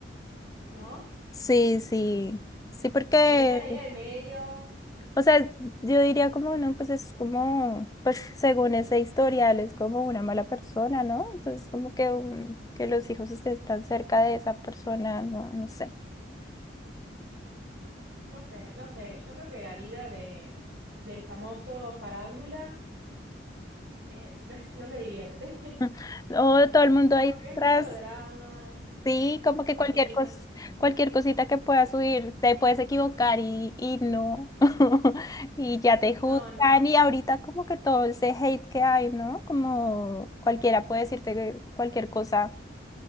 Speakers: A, on the right; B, on the left.
A: ¿no?
B: sí, sí, sí, porque,
A: Como que quedan ahí en el medio.
B: o sea, yo diría como, no, pues es como, pues según ese historial, es como una mala persona, ¿no? Entonces, como que, un- que los hijos estén tan cerca de esa persona, no, no sé.
A: No sé, no sé, yo creo que la vida de, del famoso farándula eh, no es, no me divierte. <laughs>
B: <laughs> O todo el mundo
A: Como
B: ahí
A: que
B: detrás
A: hay mucho drama,
B: Sí, como
A: uno
B: que cualquier
A: opina.
B: cos- cualquier cosita que puedas subir, te puedes equivocar y, y no, <laughs> y ya te juzgan,
A: No, no,
B: y ahorita como que todo ese hate que hay, ¿no? Como cualquiera puede decirte que- cualquier cosa,